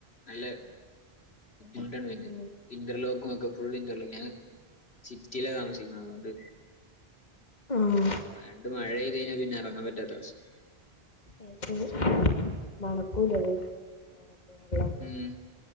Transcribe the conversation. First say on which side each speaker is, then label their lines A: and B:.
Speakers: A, on the left (about 80°); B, on the left (about 45°).
A: അല്ലെ <unintelligible>
B: ഉം
A: ഇന്റർലോക്കും ഒക്കെ ഫുള്ളിന്റെ ഉളില് സിറ്റില ആണ് വെച്ചിരിക്കുന്നത് അതുകൊണ്ട്
B: ആഹ്
A: ആ രണ്ട് മഴ ആയി കഴിഞ്ഞാ പിന്നെ ഇറങ്ങാൻ പറ്റാത്ത ആവിശ്യാം
B: അ പിന്നെ മണക്കൂലന്ന് <unintelligible>
A: ഉം